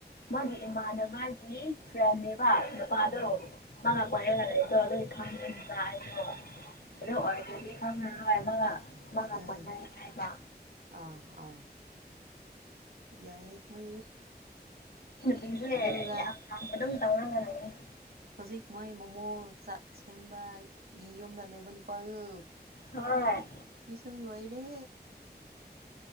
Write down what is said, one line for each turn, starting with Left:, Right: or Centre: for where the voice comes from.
Left: ꯃꯥꯒꯤ ꯏꯃꯥꯟꯅꯕꯒꯤ ꯐ꯭ꯔꯦꯟꯅꯦꯕ ꯅꯨꯄꯥꯗꯣ
Right: ꯎꯝ
Left: ꯃꯥꯉ ꯀꯣꯏꯣ ꯑꯗꯨ ꯈ꯭ꯔ ꯍꯥꯏꯣ <inaudible> ꯑꯗꯨ ꯑꯣꯏꯔꯒꯗꯤ ꯈꯪꯉꯔꯣꯏ ꯃꯥꯒ
Right: ꯎꯝ
Left: ꯄꯨꯟꯅꯩ ꯍꯥꯏꯕ
Right: ꯑꯥ ꯑꯥ ꯌꯥꯏꯌꯦ ꯃꯣꯏ
Left: ꯄꯤꯁꯤꯦ
Right: ꯑꯗꯨꯒ
Left: ꯑꯗꯨꯝ ꯇꯧꯒꯦ <inaudible>
Right: ꯍꯧꯖꯤꯛ ꯃꯣꯏ ꯃꯣꯃꯣ ꯁꯦꯝꯕꯒꯤ ꯌꯨꯝꯗ ꯂꯩꯕ ꯅꯨꯄꯥꯗꯨ
Left: ꯍꯣꯏ
Right: ꯑꯗꯨꯁꯨ ꯂꯣꯏꯔꯦ